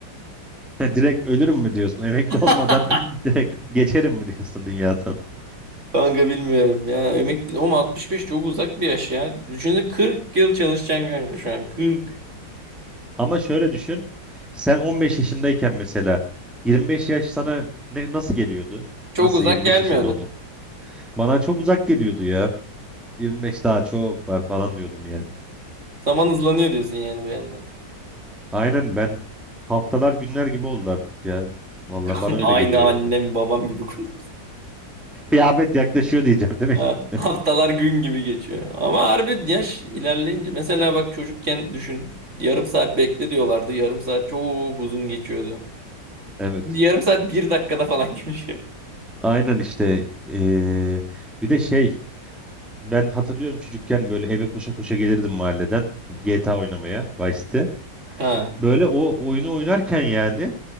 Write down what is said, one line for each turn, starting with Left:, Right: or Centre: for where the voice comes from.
Centre: <laughs> Direkt ölürüm mü diyorsun? Emekli
Right: <laughs>
Centre: olmadan <laughs> direkt geçerim mi diyorsun dünyada?
Right: Kanka bilmiyorum ya. Emekli ama 65 çok uzak bir yaş ya. Düşünsene 40 yıl çalışacaksın kanka şu an. 40.
Centre: Ama şöyle düşün. Sen 15 yaşındayken mesela 25 yaş sana ne nasıl geliyordu?
Right: Çok
Centre: Nasıl
Right: uzak
Centre: 25
Right: gelmiyordu.
Centre: yaşında olmak? Bana çok uzak geliyordu ya. 25 daha çok var falan diyordum yani.
Right: Zaman hızlanıyor diyorsun yani bir yandan.
Centre: Aynen ben haftalar günler gibi oldu artık ya. Vallahi
Right: <laughs>
Centre: bana öyle
Right: Aynı
Centre: geliyor
Right: annem
Centre: yani.
Right: babam gibi konuşuyor.
Centre: <laughs> Kıyamet yaklaşıyor diyeceğim değil mi
Right: Ha,
Centre: şimdi?
Right: haftalar gün gibi geçiyor. Ama harbi yaş ilerleyince mesela bak çocukken düşün. Yarım saat bekle diyorlardı. Yarım saat çok uzun geçiyordu.
Centre: Evet.
Right: Şimdi Yarım saat bir dakikada falan <laughs> geçiyor.
Centre: Aynen işte. eee, bir de şey ben hatırlıyorum çocukken böyle eve koşa koşa gelirdim mahalleden GTA oynamaya Vice City.
Right: Ha.
Centre: Böyle o oyunu oynarken yani